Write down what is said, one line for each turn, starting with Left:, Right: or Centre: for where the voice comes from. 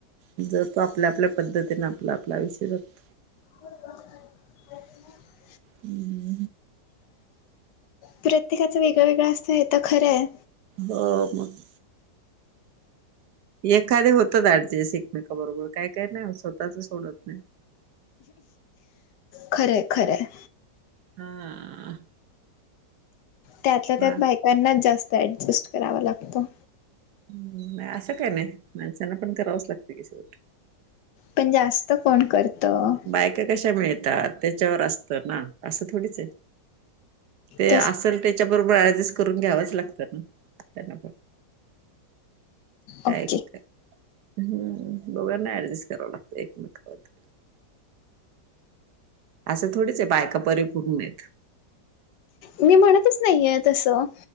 Right: जो तो आपल्या, आपल्या पद्धतीने आपलं आपलं आयुष्य जगतो.
Left: <unintelligible>
Right: हम्म्म्मम.
Left: प्रत्येकाचं वेगळ, वेगळ असत हे आता खर हाय
Right: बर मग एखादे होतच ऍडजस्ट एकमेका बरोबर काय काय नाही होत स्वतःच सोडत नाही.
Left: खर हाय, खर हाय
Right: <unintelligible>
Left: त्यातल्या
Right: वा
Left: त्यात बायकांना जास्त ऍडजस्ट करावा लागतो.
Right: नाही असं काय नाही, माणसांना पण करावंच लागते कि शेवट.
Left: पण जास्त कोण करतं
Right: बायका कशा मिळतात त्याच्यावर असतं ना, असं थोडीच हे. ते
Left: तस
Right: असेल त्याच्या बरोबर ऍडजस्ट करून घ्यावच लागतं ना, त्यांना पण. काय
Left: ओके
Right: <unintelligible> हम्म, दोघांना ऍडजस्ट कराव लागत एकमेकांबद्दल असं थोडीच हाय बायका परिपूर्ण हेत
Left: मी म्हणतच नाहीययं तसं.